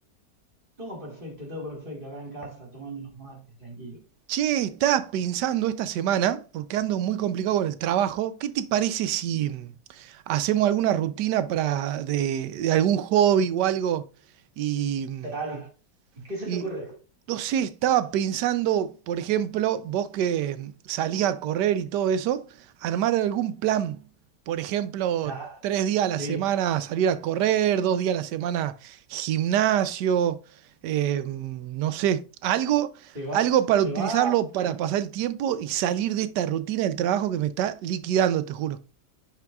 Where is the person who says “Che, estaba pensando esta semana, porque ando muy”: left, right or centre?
Right